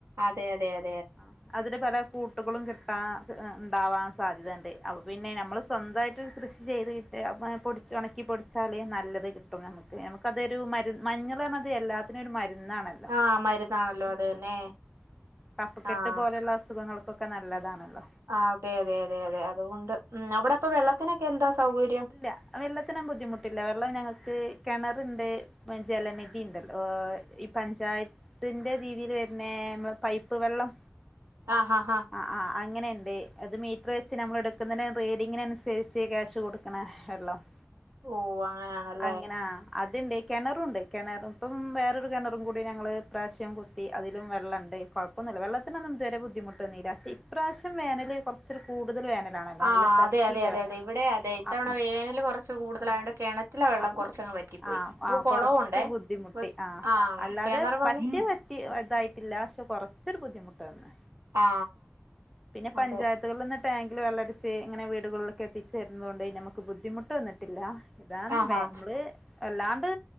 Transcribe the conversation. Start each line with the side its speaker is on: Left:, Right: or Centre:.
Right: അതെ അതെതെ.
Centre: ആ അതിന്ന് പല. കൂട്ടുകളും കിട്ടാൻ ഉം ഉണ്ടാവാൻ സാധ്യതയുണ്ട് അപ്പോപിന്നെ നമ്മൾ സ്വന്തമായിട്ട് കൃഷി ചെയ്ത് <unintelligible> പൊടിച്ച് ഉണക്കി പൊടിച്ചാൽ നല്ലത് കിട്ടും നമുക്ക് നമുക്കതൊരു മരുന്ന് മഞ്ഞൾ പറഞ്ഞത് എല്ലാത്തിനും ഒരു മരു മരുന്നാണല്ലോ
Right: ആ മരുന്നാണല്ലോ
Centre: മ്മ്
Right: അത് തന്നെ
Centre: കഫക്കെട്ട്
Right: ആ
Centre: പോലെയുള്ള അസുഖങ്ങൾക്കൊക്കെ നല്ലതാണല്ലോ
Right: ആ അതെ അതെ അതെ അതെ അതുകൊണ്ട് ഉം അവിടെപ്പൊ വെള്ളത്തിനൊക്കെ എന്താ സൗകര്യം
Centre: ഇല്ല വെള്ളത്തിനും ബുദ്ധിമുട്ടില്ല വെള്ളം ഞങ്ങൾക്ക് കിണർ. ണ്ട് ജലനിധി ഉണ്ടല്ലോ ഏഹ് ഈ പഞ്ചായത്തിന്റെ രീതിയിൽ വര്ന്നെ പൈപ്പ് വെള്ളം.
Right: ആഹ് ആഹ് ആഹ
Centre: ആ ആ അങ്ങനെയുണ്ട് അത് മീറ്റർ വെച്ച് നമ്മൾ എടുക്കുന്നതിന് റേഡിങ്ങിന് അനുസരിച്ച് ക്യാഷ് കൊടു <unintelligible>
Right: ഓ അങ്ങനെയാണല്ലേ
Centre: അങ്ങനാ അതുണ്ട് കിണറുണ്ട് കിണറ് ഇപ്പം വേറൊരു കിണറും കൂടി ഞങ്ങൾ പ്രാവശ്യം കുത്തി അതിലും വെള്ള ണ്ട് കുഴപ്പന്നല്ല വെള്ളത്തിന് ഒന്നും ഇത് വരെ ബുദ്ധിമുട്ട് വന്നില്ല ഇപ്രാവിശ്യം വേനൽ കുറച്ച് കൂടുതൽ വേനൽ. <unintelligible> നല്ല
Right: ആ
Centre: ശക്തിയില്ല
Right: അതെ അതെ അതെ
Centre: വേന
Right: അതെ ഇവിടെ അതെ ഇത്തവണ
Centre: അ
Right: വേനൽ കുറച്ച് കൂടുതലായോണ്ട്
Centre: ആ
Right: കിണറ്റിലെ വെള്ളം
Centre: അപ്പം
Right: കുറച്ചങ്ങ് വറ്റിപ്പോയി
Centre: ആ
Right: നമുക്ക്
Centre: ആ
Right: കുളവുണ്ടേ
Centre: കുറച്ച് ബുദ്ധിമുട്ടി.
Right: അപ്പൊ
Centre: ആഹ്
Right: ആ
Centre: അല്ലാതെ
Right: കിണർ വെള്ളം
Centre: പറ്റി പറ്റി ഇതായിട്ടില്ല പക്ഷെ കൊറച്ചൊരു ബുദ്ധിമുട്ട് വന്ന്.
Right: ആ
Centre: പിന്നെ പഞ്ചായത്തുകളിന്ന്
Right: അതെ
Centre: ടാങ്ക് ടാങ്കിൽ വെള്ളടിച്ച്ഇങ്ങനെവീടുകളിലൊക്കെ എത്തിച്ചുരുന്നത് കൊണ്ട് നമുക്ക് ബുദ്ധിമുട്ട് വന്നിട്ടില്ല. ഇതാണ്
Right: ആഹാ
Centre: വെ നമ്മള് വല്ലാണ്ട്